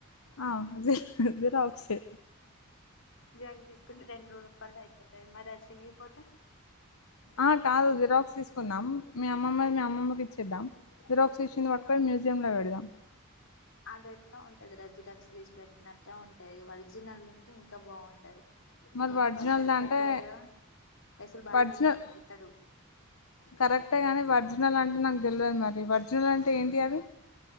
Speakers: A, on the left; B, on the left.
A: ఆ జి జిరాక్సే
B: జిరాక్స్ తీసుకుంటే రెండు రూపాయల్లో అయిపోతయి మరి అది చినిగిపోతే
A: ఆ కాదు జిరాక్స్ తీసుకుందాం మీ అమ్మమ్మది మీ అమ్మమ్మకి ఇచ్చేద్దాం జిరాక్స్ ఇచ్చింది పట్టుకొని మ్యూజియంలో పెడదాం
B: అదెట్ట ఉంటదిరా జిరాక్స్ తీసి పెట్టినట్టే ఉంటది ఒరిజినల్‌ది ఉంటే ఇంకా బాగుంటది
A: మరి
B: ఎందుకు
A: ఒరిజినల్ది
B: ఆ ప్రెసిడెంట్
A: అంటే
B: దగ్గర పైసల్ బాగానే
A: ఒరిజినల్
B: ఉంటాయి ఇతడు
A: కరెక్టే కానీ ఒరిజినల్ అంటే నాకు తెలియదు మరి ఒరిజినల్ అంటే ఏంటి అది